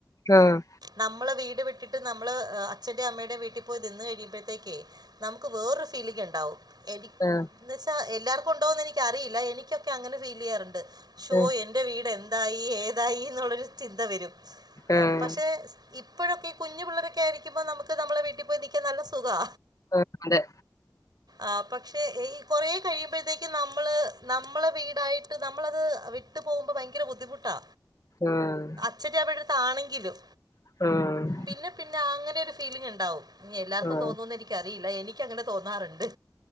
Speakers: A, on the left (about 50°); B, on the right (about 65°).
A: ആഹ്
B: നമ്മളെ വീട് വിട്ട്ട്ട് നമ്മള് അ് അച്ഛൻ്റേം അമ്മടേം വീട്ടിപ്പോയി നിന്ന് കഴിയുമ്പോഴത്തേക്കേ നമുക്ക് വേറൊരു ഫീലിംഗ്ണ്ടാവും എനി
A: ആഹ്
B: എന്ന് വെച്ചാ എല്ലാർക്കുണ്ടോന്നെനിക്കറിയില്ല എനിക്കൊക്കെ അങ്ങനെ ഫീ ലെയ്യാറുണ്ട് ഷോ
A: ആ
B: എന് എൻ്റെ വീടെന്തായീ ഏതായീന്ന്ള്ളൊരു ചിന്ത വരും
A: ആ
B: പക്ഷെ ഇപ്പഴൊക്കെ ഈ കുഞ്ഞു പിള്ളേരൊക്കെയായിരിക്കുമ്പോ നമുക്ക് നമ്മളെ വീട്ടി പോയി നിൽക്കാൻ നല്ല സുഖാ
A: ആ അതെ
B: ആഹ് പക്ഷെ ഈ കൊറേ കഴിയുമ്പേ ത്തക്കും നമ്മള് നമ്മളെ വീടായിട്ട് നമ്മളത് വിട്ട് ട്ട് പോകുമ്പൊ ഭയങ്കര ബുദ്ധിമുട്ടാ
A: ആഹ്
B: അച്ചൻ്റെ അമ്മേടെട്ത്താണെങ്കിലും
A: ആഹ്
B: പിന്നെ പിന്നെ അങ്ങനൊരു ഫീലിംഗ്ണ്ടാവും എല്ലാർക്കും
A: ആ ആ
B: തോന്നുംന്ന് എനിക്കറീല്ല എനിക്കങ്ങനെ തോന്നാറ്ണ്ട്